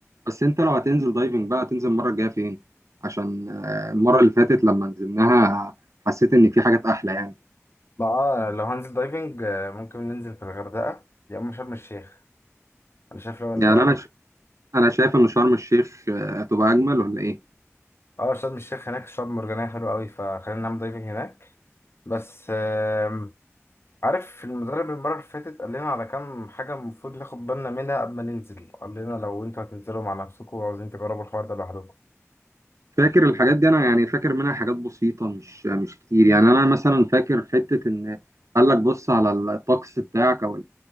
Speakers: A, on the right; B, on the left.
A: بس انت لو هتنزل دايفنج بقى هتنزل المره الجايه فين عشان آه، المره اللي فاتت لما نزلناها حسيت ان في حاجات احلى يعني
B: بقى آه، لو هنزل دايفنج آه، ممكن ننزل في الغردقه يا اما شرم الشيخ انا شايف لو ال-
A: يعني انا ش... انا شايف ان شرم الشيخ آه، هتبقى اجمل ولا ايه
B: اه شرم الشيخ هناك شعاب مرجانيه حلوه قوي فخلينا نعمل دايفنج هناك بس آم، عارف المدرب المره اللي فاتت قال لنا على كام حاجه المفروض ناخد بالنا منها قبل ما ننزل قال لنا لو انتوا هتنزلوا مع نفسكم وعاوزين تجربوا الحوار ده لوحدكم
A: فاكر الحاجات دي انا يعني فاكر منها حاجات بسيطه مش مش كتير يعني انا مثلا فاكر حته ان قال لك بص على الطقس بتاعك او